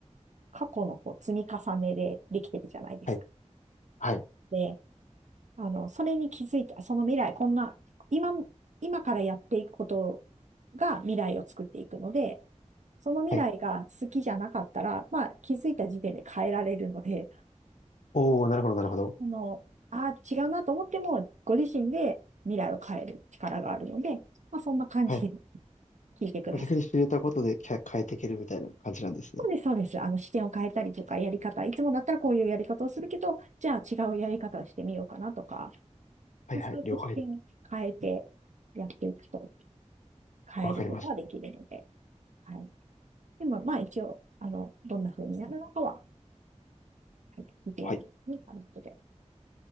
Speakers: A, on the right (about 75°); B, on the left (about 75°).
A: 過去のこう積み重ねでできてるじゃないですか。
B: はい。はい。
A: で、あの、それに気づいて、その未来、こんな、今、今からやっていくことが未来を作っていくので、その未来が好きじゃなかったら、
B: はい。
A: まあ気づいた時点で変えられるので、
B: おー、なるほど、なるほど。
A: あの、ああ、違うなと思っても、ご自身で未来を変える力があるので、まあそんな感じで
B: はい。
A: 聞いてください。
B: 逆に知れたことできゃ変えていけるみたいな感じなんですね。
A: そうです、そうです。あの、視点を変えたりとか、やり方、いつもだったらこういうやり方をするけど、じゃあ違うやり方をしてみようかなとか、
B: はいはい、
A: まあ、そうやって視点を変えてやっていくと
B: 了解です。
A: 変えることができるので、
B: わかりました。
A: はい。でも、まあ一応、あの、どんな風になるのかは、はい、聞いてにあの後で、
B: はい。